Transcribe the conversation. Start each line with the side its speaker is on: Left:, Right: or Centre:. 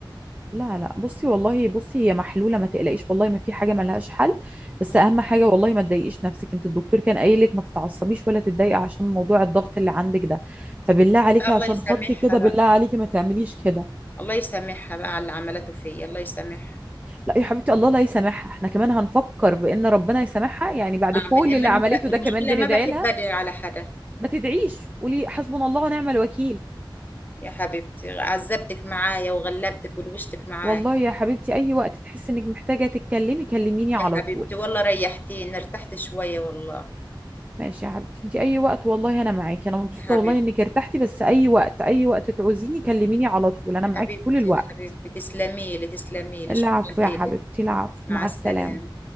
Right: لا لا بصي والله بصي هي محلولة ما تقلقيش والله ما في حاجة ملهاش حل بس
Left: مم.
Right: أهم حاجة والله ما تضايقيش نفسك انت الدكتور كان قايل لك ما تتعصبيش ولا تتضايقي عشان موضوع الضغط اللي عندك ده فبالله عليكي
Left: الله
Right: عشان
Left: يسامحها
Right: خاطري كده
Left: بقى
Right: بالله عليكي ما تعمليش كده
Left: الله يسامحها بقى على اللي عملته فيا الله يسامحها
Right: لا يا حبيبتي الله لا يسامحها احنا كمان هنفكر بأن ربنا يسامحها يعني بعد
Left: اعمل
Right: كل
Left: ايه ما
Right: اللي
Left: انا
Right: عملته
Left: ما بق- المشكله
Right: ده كمان بندعي
Left: ما بحب
Right: لها
Left: ادعي على حدا
Right: ما تدعيش قولي حسبنا الله ونعم الوكيل
Left: يا حبيبتي عذبتك معايا وغلبتك ودوشتك معايا
Right: والله يا حبيبتي أي وقت تحسي إنك محتاجة تتكلمي كلميني
Left: يا
Right: على
Left: حبيبتي
Right: طول
Left: والله ريحتيني ارتحت شوية والله
Right: ماشي يا حبيبتي انت اي وقت والله انا معاكي انا مبسوطه
Left: يا حبيبتي
Right: والله انك ارتحتي بس اي وقت اي وقت تعوزيني كلميني على طول انا
Left: حبيبتي
Right: معاكي طول الوقت
Left: حبيبتي تسلمي لي تسلمي لي
Right: العفو
Left: شكرا إلك
Right: يا حبيبتي العفو
Left: مع
Right: مع
Left: السلامة
Right: السلامه